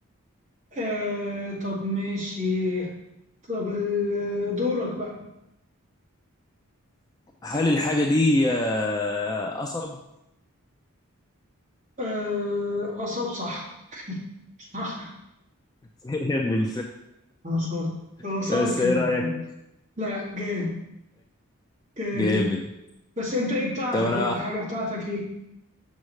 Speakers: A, on the right; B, on the left.
A: أه طب ماشي طب ال- دورك بقى
B: هل الحاجة دي آه، قصب
A: أه أصاب صح <laughs> صح
B: <laughs> جامد
A: وصلت
B: <laughs>
A: وصلت
B: بس ايه
A: للحاجة
B: رأيك
A: لا جامد جامد
B: جامد
A: بس أنت إيه بتاعتك
B: طب انا
A: بقى الحاجة بتاعتك إيه؟